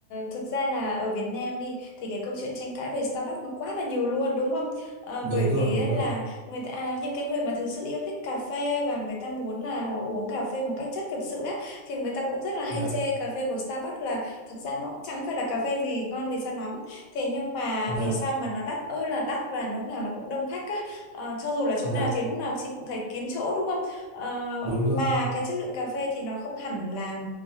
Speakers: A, on the left; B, on the right.
A: thực ra là ở Việt Nam đi thì cái câu chuyện tranh cãi về Starbucks nó quá là nhiều luôn đúng không? Ờ,
B: đúng
A: bởi vì
B: rồi, đúng
A: ấy
B: rồi.
A: là người ta à, những cái người mà thực sự yêu thích cà phê và người ta muốn là uống cà phê một cách chất thực sự á thì người ta cũng rất là hay
B: Dạ,
A: chê cà phê của Starbucks là thực ra nó cũng chẳng phải là cà phê gì ngon gì cho lắm. Thế nhưng mà
B: dạ,
A: vì sao mà nó đắt ơi là đắt và lúc nào nó cũng đông khách á. Ờ, cho dù là chỗ
B: dạ,
A: nào thì lúc nào chị cũng thấy kín chỗ đúng không? Ờ,
B: đúng rồi.
A: mà cái chất lượng cà phê thì nó không hẳn là